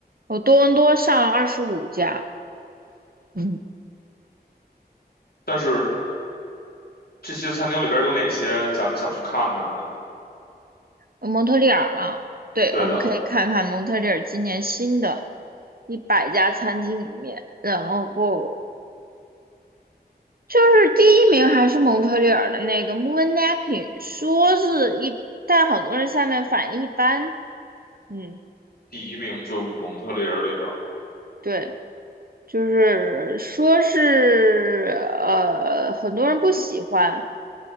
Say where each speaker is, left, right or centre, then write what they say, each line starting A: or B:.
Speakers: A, on the right; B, on the left.
A: 我多伦多上了二十五家，嗯，
B: 但是这些餐厅里边有哪些咱们想去看看的呢？
A: 蒙特利尔嘛，对，
B: 对的，
A: 我们可以看看蒙特利尔今年新的一百家餐厅里面，然后就是第一名还是蒙特利尔的那个 Moon Napping，说是一，但很多人下面反应一般。嗯，
B: 第一名就是蒙特利尔里边。
A: 对，就是说是呃，很多人不喜欢，